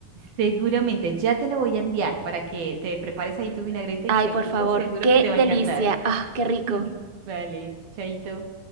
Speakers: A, on the right (about 90°); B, on the right (about 25°).
A: Seguramente, ya te la voy a enviar para que te prepares ahí tu vinagreta
B: Ay,
A: y seguro,
B: por favor,
A: seguro
B: qué
A: que te
B: delicia.
A: va a encantar.
B: Ah, qué rico.
A: <laughs> Vale, chaito.